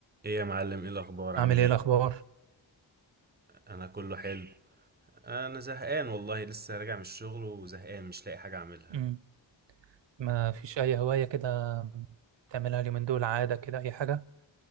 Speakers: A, on the right (about 20°); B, on the right (about 70°).
A: ايه يا معلم ايه الاخبار عامل
B: عامل ايه
A: ايه
B: الاخبار
A: انا كله حلو انا زهقان والله لسه راجع من الشغل وزهقان مش لاقي حاجه اعملها
B: امم ما فيش اي هوايه كده تعملها اليومين دول عاده كده اي حاجه